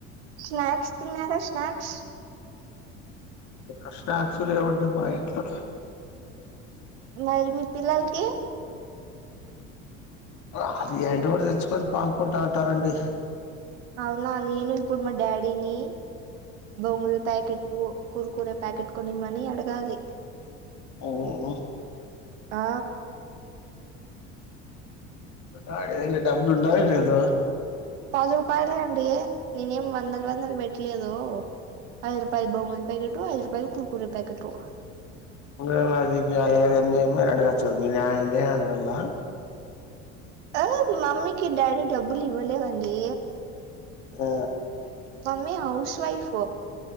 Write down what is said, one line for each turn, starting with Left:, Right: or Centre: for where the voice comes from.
Right: స్నాక్స్ తిన్నారా స్నాక్స్
Left: అ స్నాక్స్ లేవండి మా ఇంట్ల
Right: మరి మీ పిల్లలకి
Left: వాళ్లు ఏంటో ఓటి తెచ్చుకొని పానుకుంటా ఉంటారండి
Right: అవునా నేను ఇప్పుడు మా డాడీని బొంగుల ప్యాకిటు కుర్కురే ప్యాకిట్ కొనియమని అడగాలి
Left: ఓ ఓ
Right: ఆ
Left: డాడి దగ్గర డబ్బులు ఉన్నాయో లేదో
Right: పది రూపాయలే అండి నేనేం వందలు వందలు పెట్టలేదు ఐదు రూపాయల బొంగుల ప్యాకిటు, ఐదు రూపాయల కుర్కురే ప్యాకిటు
Left: ఇంగా అది మీ అమ్మను అడగచ్చు గదా, మీ నాయినే అడగల్నా
Right: ఆ మమ్మీకి డాడీ డబ్బులు ఇవ్వలేదండి
Left: ఆ
Right: మమ్మీ హౌస్ వైఫ్